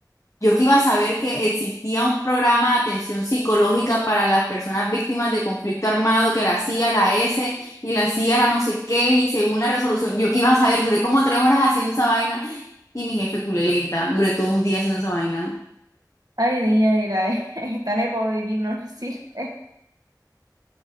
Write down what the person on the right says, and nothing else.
Ay, niña, dirá, <laughs> esta nepo baby no nos sirve.